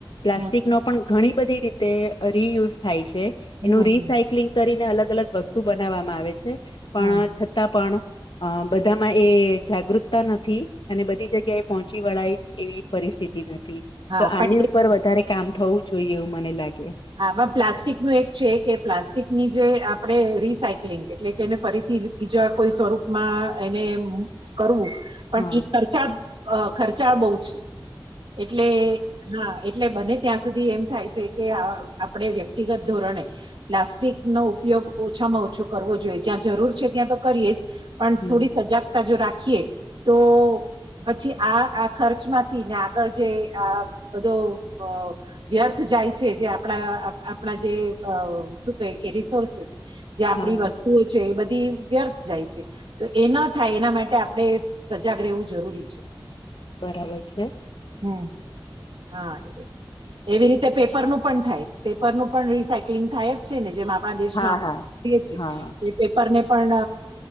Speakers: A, on the left; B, on the right.
A: પ્લાસ્ટિક
B: હમ
A: નો પણ ઘણી બધી રીતે રિયુઝ થાય છે એનું
B: હમ
A: રિસાયક્લિંગ કરીને અલગ અલગ વસ્તુ બનાવવામાં આવે છે. પણ
B: હમ
A: છતાં પણ અ બધામાં એ જાગૃતતા નથી અને બધી જગ્યા એ પહોંચી વળાય એવી પરિસ્થિતિ નથી
B: હા
A: તો
B: પણ
A: આની ઉપર વધારે કામ થવું જોઈએ એવું મને લાગે
B: હા પ્લાસ્ટિક નું એક છે કે પ્લાસ્ટિકની જે આપણે રીસાયક્લિંગ એટલે કે એને ફરીથી બીજા કોઈ સ્વરૂપમાં એને એમ કરવું પણ
A: હા
B: એ ખર્ચા અ ખર્ચાળ બહુ છે એટલે હા એટલે બને ત્યાં સુધી એમ થાય છે કે આપણે વ્યક્તિગત ધોરણે પ્લાસ્ટિક નો ઉપયોગ ઓછામાં ઓછો કરવો જોઈએ જ્યાં જરૂર છે ત્યાં તો કરીએ જ. પણ
A: હમ
B: થોડી સજાગતા જો રાખીએ, તો પછી આ આ ખર્ચમાંથી ને આગળ જે આ બધો અ વ્યર્થ જાય છે જે આપણા આપણા જે શું કહે કે રિસોર્સસ. જે આપડી
A: હા
B: વસ્તુઓ છે એ બધી વ્યર્થ જાય છે. તો એ ન થાય એના માટે આપડણે સજાગ રહેવું જરૂરી છે.
A: બરાબર છે.
B: હમ, હા. એવી રીતે પેપરનું પણ થાય પેપરનું પણ રિસાયક્લિંગ થાય. છે ને જેમ આપણા દેશમાંએ
A: હા હા. હા
B: પેપર ને પણ